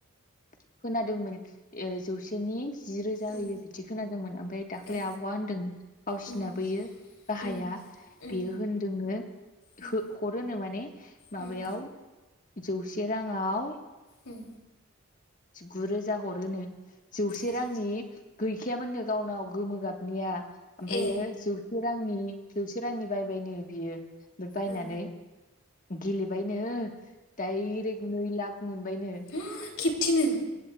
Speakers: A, on the left; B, on the left.
A: खोनादोंमोन ओ जौसेनि जि रोजा
B: उम
A: होयो बिदि दि खोनादोंमोन ओमफ्राय दाख्लै
B: ए
A: आब'आ होनदों गावसिनि
B: उम
A: बोयो गाहाया
B: उम उम
A: बेयो होनदोंङनो
B: उम
A: हरो नो माने माबायाव
B: उम
A: जौसे राङाव
B: उम
A: गुरोजा हरोनो जौसे
B: ए
A: रांनि गैखायामोननो गावनाव गोमो गाबनिया ओमफ्रायो
B: ए
A: जौ से रांनि जौसे रांनि बायबाय नो बियो बायनानै
B: औ
A: गेलेबायनो दायरेख नै लाख मोनबायनो
B: मा खेबसेनो